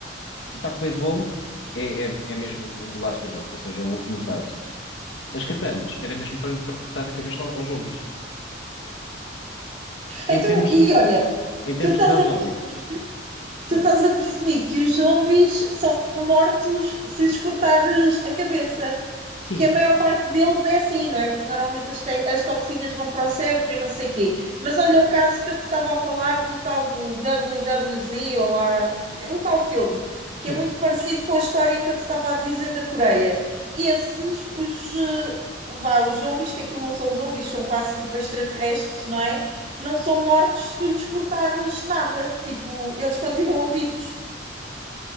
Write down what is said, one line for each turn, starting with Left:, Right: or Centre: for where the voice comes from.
Left: O taco de beisebol é, é, é mesmo o last resort, ou seja, é o último caso. As katanas era mesmo para, para cortar a cabeça ao- aos zombies. Em
Right: Então,
Left: termos
Right: e
Left: de,
Right: olha,
Left: em termos
Right: tu estás
Left: de gasóleo,
Right: a presumir,
Left: sim,
Right: tu estás a presumir que os zombies são mortos se lhes cortares a cabeça.
Left: sim,
Right: que a maior parte deles é assim, não é? Porque normalmente as, as, toxinas vão para o cérebro e não sei o quê. Mas olha
Left: sim,
Right: o caso que eu te estava a falar do tal do W W Z ou lá, o tal filme, que
Left: sim.
Right: é muito parecido com a história que eu te estava a dizer da Coreia. Esses, os, eh, vá, os zombies, que aquilo não são zombies, são quase tipo extraterrestres, não é? Não são mortos se tu lhes cortares nada. Tipo, eles continuam vivos.